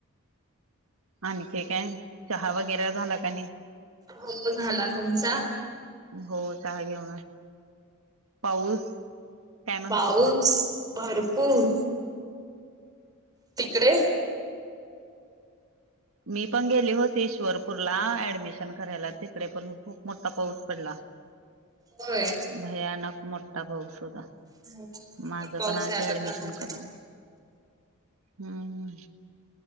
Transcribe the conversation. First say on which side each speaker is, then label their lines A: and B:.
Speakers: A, on the right (about 70°); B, on the right (about 20°).
A: आणखी काय चहा वगैरे झाला का नाही?
B: हो झाला तुमचा?
A: हो चहा घेऊन पाऊस काय म्हणतो
B: पाऊस भरपूर. तिकडे?
A: मी पण गेले होते श्वरपूरला ऍडमिशन करायला तिकडे पण खूप मोठा पाऊस पडला.
B: होय
A: भयानक मोठा पाऊस होता.
B: भरपूर
A: माझं
B: पाऊस
A: पण आज
B: आहे आता
A: ऍडमिशन
B: चालू झाला
A: करून. हम्म.